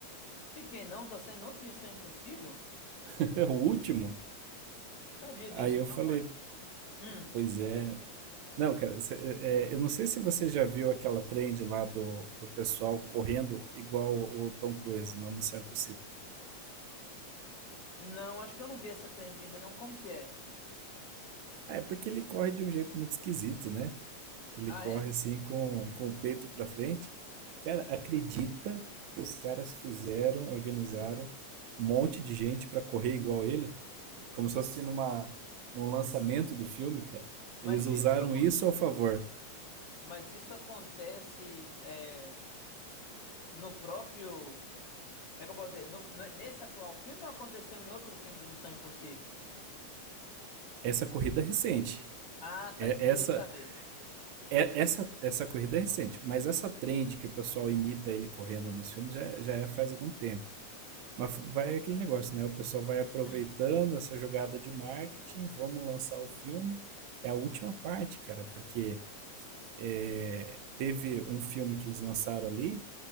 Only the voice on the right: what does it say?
<laughs> O último?
Aí eu
falei,
pois é. Não, cara, cê- é, eu não sei se você já viu aquela trend lá do, do pessoal correndo igual o Tom Cruise no Missão Impossível.
É porque ele corre de um jeito muito esquisito, né? Ele
corre
assim com, com o peito pra frente. Cara, acredita que os caras fizeram, organizaram
um monte de gente pra correr igual ele? Como se fosse numa, num lançamento do filme, cara.
Eles usaram
isso ao favor.
Essa corrida é recente.
É,
essa,
é, essa, essa corrida é recente. Mas essa trend que o pessoal imita ele correndo nos filmes já, já é faz algum tempo. Mas vai aquele negócio, né? O pessoal vai aproveitando
essa jogada de marketing, vamos lançar o filme. É a última parte, cara, porque é, teve um filme que eles lançaram ali,